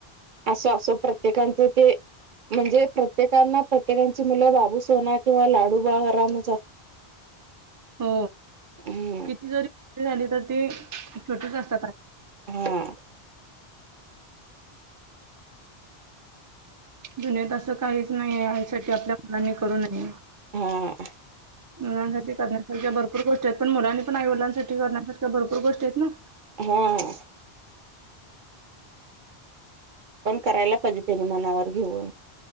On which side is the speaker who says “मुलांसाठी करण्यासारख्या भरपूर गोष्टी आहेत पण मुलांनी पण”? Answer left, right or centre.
Right